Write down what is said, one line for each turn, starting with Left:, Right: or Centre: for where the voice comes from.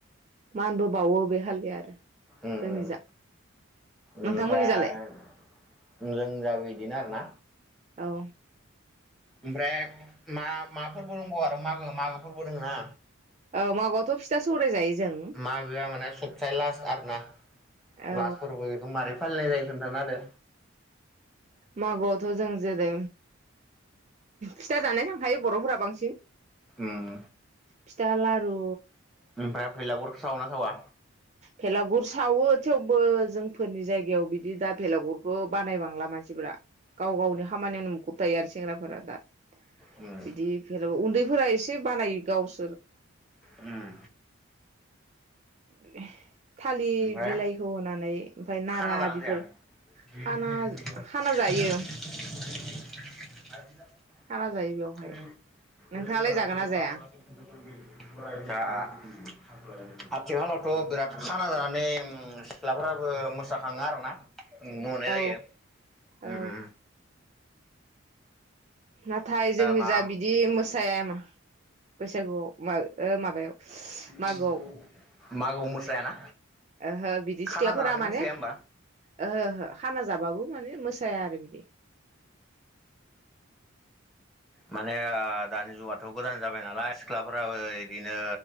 Right: मानबो बावो बे हालिया आरो
Centre: ओम ओम
Right: जोंनि जा नोंथांमोननि
Centre: ओमफ्राय
Right: जालाय
Centre: मोजांजाबो बिदिनो आरो ना
Right: औ
Centre: ओमफ्राय मा मा फोरबो दंबावो आरो मागो मागो फोरबो दङ ना
Right: औ मागोआथ' फिथा सौराय जायो जों
Centre: मागोआ माने सबसे लास्ट आरो ना
Right: औ
Centre: लास्ट फोरबो बेखौ मारै फालिनाय जायो खोनथा होदो
Right: मागोआवथ' जों जेरै फिथा जानाय थांखायो बर'फोरा बांसिन
Centre: ओम
Right: फिथा लारु
Centre: ओमफ्राय फैलागुरखौ सावो ना सावा
Right: भेलागुुर सावो थेवबो जोंफोरनि जायगायाव बिदि दा भेलागुर खौ बानायबांला मानसिफोरा गाव गावनि खामानियावनो मुखुब थायो आरो सेंग्राफोरा दा
Centre: उम
Right: बिदि फेल' उन्दैफोरा एसे बानाय गाव <unintelligible>
Centre: उम
Right: <unintelligible> थालिर
Centre: ओमफ्राय
Right: बिलाइखौ होनानै ओमफ्राय नारा
Centre: खाना जाना
Right: बेफोर
Centre: जाया <unintelligible>
Right: खाना खाना जायो खाना जायो बेवहाय नोंथाङालाय जागोन ना जाया
Centre: आथिखालावथ' बिराद खाना जानानै ओ सिख्लाफ्राबो मोसा जाखाङो‌ आरोना नुनो मोननाय
Right: औ
Centre: जायो
Right: औ
Centre: ओम ओम
Right: नाथाय जोंनि
Centre: माबा
Right: जा बिदि मोसा जायामा बैसागुआव मा ओ माबायाव
Centre: <unintelligible>
Right: मागोआव
Centre: मागोआव मोसायाना
Right: ओहो बिदि
Centre: खाना
Right: सिख्लाफोरा
Centre: जानानै
Right: माने
Centre: मोसाया होमबा
Right: ओहो ओहो खाना जाबाबो माने मोसाया आरो बिदि
Centre: माने ओ दानि जुगाथ' गोदान जाबाय नालाय सिख्लाफोराबो बिदिनो